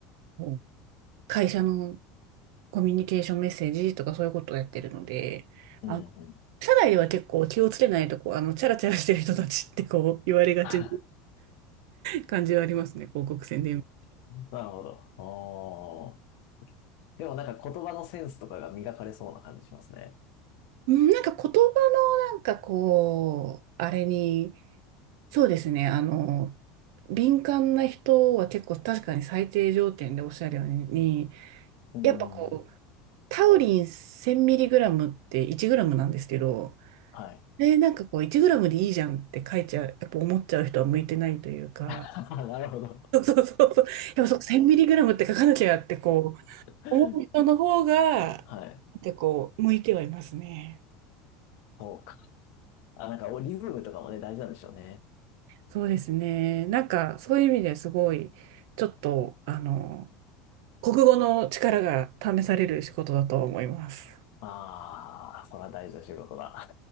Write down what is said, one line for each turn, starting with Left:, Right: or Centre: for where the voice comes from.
Right: こう会社のコミュニケーションメッセージとかそういうことをやってるので、
Left: うん、
Right: あの、
Left: うん。
Right: 社内では結構気をつけないとこう、あの、チャラチャラしてる人たちってこう、言われがちな
Left: <laughs>
Right: 感じはありますね、広告宣伝部。
Left: なるほど。ああ。でもなんか言葉のセンスとかが磨かれそうな感じしますね。
Right: うんなんか言葉のなんかこう、あれに、そうですね、あの、敏感な人は結構確かに最低条件でおっしゃるように、
Left: う
Right: やっぱこう、
Left: ん。
Right: タウリン 1000mg って1グラムなんですけど、
Left: はい。
Right: で、なんかこう1グラムでいいじゃんって書いちゃう、やっぱ思っちゃう人は向いてないというか、
Left: あ、なるほど。
Right: そうそうそうそう、やっぱそう 1000mg って書かなきゃってこう、
Left: <laughs>
Right: 思う人の方が、な
Left: はい。
Right: んかこう、向いてはいますね。
Left: そうか。あ、なんかリズムとかもね、大事なんでしょうね。
Right: そうですね。なんか、そういう意味ですごい、ちょっと、あの、国語の力が試される仕事だと思います。
Left: ああ、それは大事な仕事だ。